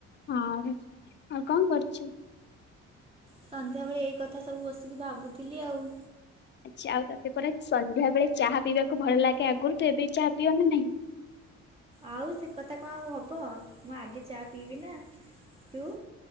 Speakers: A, on the left; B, on the right.
A: ହଁ ଆଉ କଣ କରୁଚୁ?
B: ସନ୍ଧ୍ୟାବେଳେ ଏଇ କଥା ସବୁ ବସିକି ଭାବୁଥିଲି ଆଉ।
A: ଆଚ୍ଛା ଆଉ ତତେ ପରା ସନ୍ଧ୍ୟା ବେଳେ ଚାହା ପିଇବାକୁ ଭଲ ଲାଗେ ଆଗରୁ ତୁଏବେ ଚାହା ପିଅନା ନାହିଁ?
B: ଆଉ ସେକଥା କଣ ଆଉ ହବ ମୁଁ ଆଗେ ଚା ପିଇବିନା ତୁ?